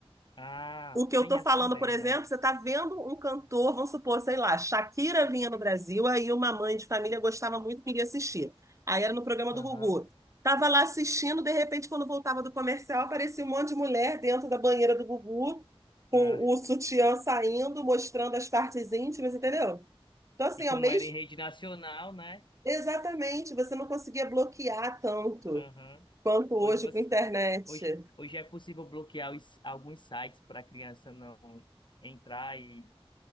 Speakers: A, on the left; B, on the right.
A: Ah,
B: O que eu
A: tem
B: tô
A: essa
B: falando,
A: também,
B: por exemplo,
A: né?
B: você tá vendo um cantor, vamos supor, sei lá, Shakira vinha no Brasil, aí uma mãe de família gostava muito e queria assistir. Aí era no programa
A: Aham.
B: do Gugu. Tava lá assistindo, de repente, quando voltava do comercial, aparecia um monte de mulher dentro da banheira do Gugu, com
A: Ah,
B: o sutiã saindo, mostrando as partes íntimas, entendeu? Então, assim,
A: e como
B: ao mesmo
A: era em rede nacional, né?
B: Exatamente, você não conseguia bloquear tanto
A: Aham.
B: quanto hoje
A: Hoje você,
B: com a internet.
A: hoje, hoje é possível bloquear os- alguns sites para a criança não entrar e,